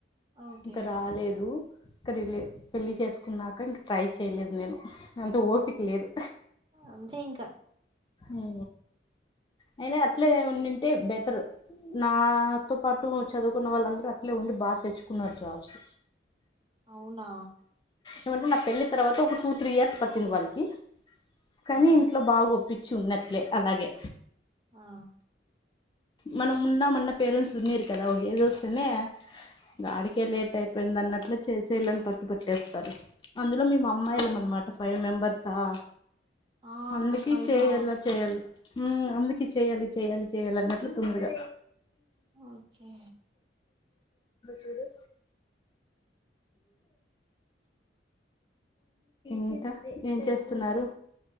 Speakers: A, on the right (about 25°); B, on the left (about 25°).
A: ఓకే
B: ఇంకా రాలేదు ఇక రిలే పెళ్లి
A: ఆ!
B: చేసుకున్నాక ఇంక ట్రై చేయలేదు నేను అంత ఓపిక లేదు
A: ఆ అంతే ఇంకా
B: ఉ అయినా అట్లేనే ఉంంటే బెటర్ నాతో పాటు చదువుకున్న వాళ్ళందరూ అట్లే ఉండి బాగా తెచ్చుకున్నారు జాబ్స్
A: అవునా
B: ఏమంటే నా పెళ్లి తర్వాత ఒక టూ త్రీ ఇయర్స్ పట్టింది వాళ్ళకి
A: ఆ
B: కానీ ఇంట్లో బాగాొప్ప పించి ఉన్నట్లే అలాగే
A: ఆ
B: మనం ఉందాం అన్నా పేరెంట్స్ ఉన్నియరు కదా ఒకే ఏజ్ వస్తేనే గాడికే లేట్ అయిపోయింది అన్నట్లు చేసేయల్ల అని పట్టు పట్టేస్తారు అందులో మేము అమ్మాయిలం
A: అవును
B: అనమాట ఫైవ్ మెంబర్సా ఆ
A: ఆ
B: అందుకి
A: ఫైవా
B: చేయ్యాల చేయాలి ఉ అందుకి చేయాలి చేయాల చేయాల అన్నట్లు తొందగా
A: ఓకే
B: చూడు ఇంకా ఏం చేస్తున్నారు